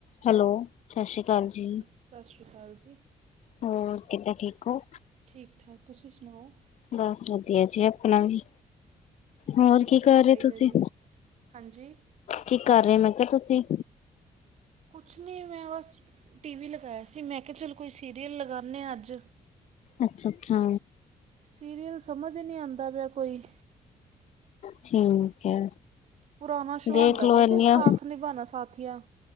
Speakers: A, on the left (about 65°); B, on the right (about 65°).
A: Hello, ਸਤਿ ਸ਼੍ਰੀ ਅਕਾਲ ਜੀ।
B: ਸਤਿ ਸ਼੍ਰੀ ਅਕਾਲ ਜੀ।
A: ਹੋਰ ਕਿੱਦਾਂ ਠੀਕ ਹੋ
B: ਠੀਕ ਠਾਕ ਤੁਸੀਂ ਸੁਣਾਓ
A: ਬਸ ਵਧੀਆ ਜੀ, ਆਪਣਾ ਵੀ ਹੋਰ
B: ਵਧੀਆ
A: ਕੀ ਕਰ
B: ਹੀ ਚਾਹੀਦਾ
A: ਰਹੇ ਤੁਸੀਂ
B: ਜੀ ਹਾਂਜੀ
A: ਕੀ ਕਰ ਰਹੇ ਮੈਂ ਕਿਹਾ ਤੁਸੀਂ
B: ਕੁਛ ਨਹੀਂ, ਮੈਂ ਬਸ ਟੀ ਵੀ ਲਗਾਇਆ ਸੀ, ਮੈਂ ਕਿਹਾ ਚਲ ਕੋਈ ਸੀਰੀਅਲ ਲਗਾਉਂਦੇ ਹਾਂ ਅੱਜ
A: ਅੱਛਾ -ਅੱਛਾ
B: ਸੀਰੀਅਲ ਸਮਝ ਨਹੀਂ ਆਉਂਦਾ ਪਿਆ ਕੋਈ
A: ਠੀਕ ਹੈ।
B: ਪੁਰਾਣਾ ਸ਼ੋਅ
A: ਦੇਖ
B: ਹੁੰਦਾ
A: ਲੋ
B: ਪਿਆ ਸੀ
A: ਇੰਨੀਆਂ
B: ਸਾਥ ਨਿਭਾਉਣਾ ਸਾਥੀਆਂ